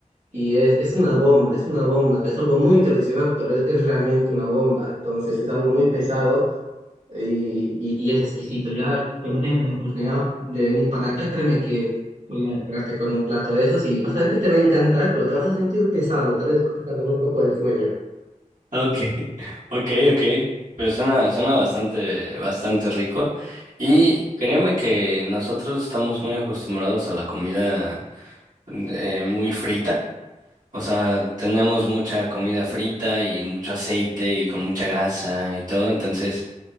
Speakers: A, on the right; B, on the right.
A: Y es, es una bomba, es una bomba, es algo muy tradicional, pero es, es realmente una bomba. Entonces es algo muy pesado y, y- y es exquisito. Ya cuando tengas la oportunidad de venir para acá, créeme que voy a esperarte con un plato de esos y vas a ver que te va a encantar, pero te vas a sentir pesado, tal vez hasta con un poco de sueño.
B: Okay, <laughs> okay, okay. Pero suena, suena bastante, bastante rico. Y créeme que nosotros estamos muy acostumbrados a la comida eh, muy frita. O sea, tenemos mucha comida frita y mucho aceite y con mucha grasa y todo, entonces